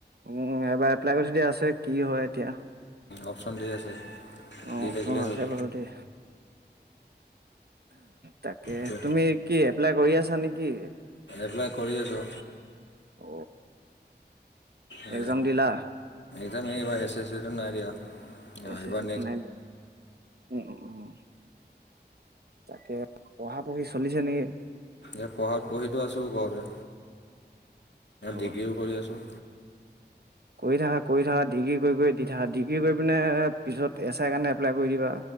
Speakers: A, on the right (about 65°); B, on the left (about 85°).
A: উম, এবাৰ এপ্লাই কৰি থৈ দিয়া আছে কি হয় এতিয়া
B: অপচন ঠিক আছে,
A: অ
B: দি
A: অপচন
B: থাকিলেই
A: আছে
B: হ'ল
A: বাৰু দেই তাকে,
B: তো
A: তুমি কি এপ্লাই কৰি আছা নেকি?
B: এপ্লাই কৰি আছো
A: অ
B: এ,
A: এক্জাম দিলা
B: <unintelligible> এছ এছট দিয়া আহ,
A: এছ
B: এইবাৰ
A: এছ চিত নাই দিয়া উম উম উম তাকে, পঢ়া-পঢ়ি চলিছে নেকি?
B: এ পঢ়াত পঢ়িতো আছো ঘৰতে,
A: অ
B: ডিগ্ৰীও কৰি আছো।
A: কৰি থাকা, কৰি থাকা, ডিগ্ৰী কৰি কৰি দি থাকা। ডিগ্ৰী কৰি পিনে পিছত, এছ আইৰ কাৰণে এপ্লাই কৰি দিবা।